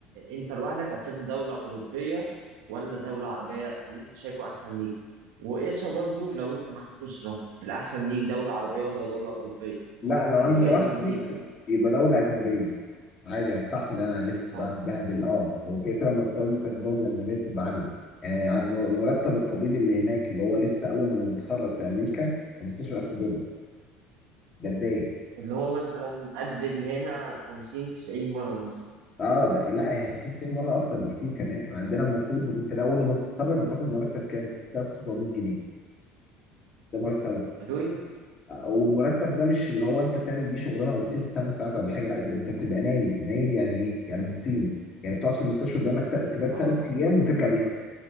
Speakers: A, on the right (about 80°); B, on the left (about 30°).
A: انت لوحدك هتسافر دوله اوروبيه ولا دوله عربيه اللي انت شايفه احسن ليك وقيسها برضو لو انت معاك اسره الاحسن ليك دوله عربيه ولا دوله اوروبيه
B: لا لو
A: يعني
B: انا
A: فيها
B: لوحدي
A: ناحيتين
B: يبقى دولة أجنبية عادي هستحمل انا الف
A: بالظبط
B: بقى اتبهدل اه وكده كده مرتبات بتاعت الدول الاجنبيه بتبقى عاليه يعني ع- مر- مرتب الطبيب اللي هناك اللي هو لسه اول لما بيتخرج في امريكا 15000 دولار ده بدايه
A: اللي هو مثلا قد اللي هنا 50 90 مره مثلا
B: اه ده لا هي 50 90 مره اكتر بكتير كمان احنا عندنا المفروض انت اول لما بتتخرج بتاخد مرتب كام 6700 جنيه ده مرتبك
A: حلوين
B: والمرتب ده مش اللي هو انت بتعمل بيه شغلانه بسيطه 8 ساعات ولا حاجه لا انت بتبقى نايب نايب يعني ايه يعني مقيم يعني بتقعد في المستشفى قدامك تبات
A: اه
B: 3 ايام وترجع بيتك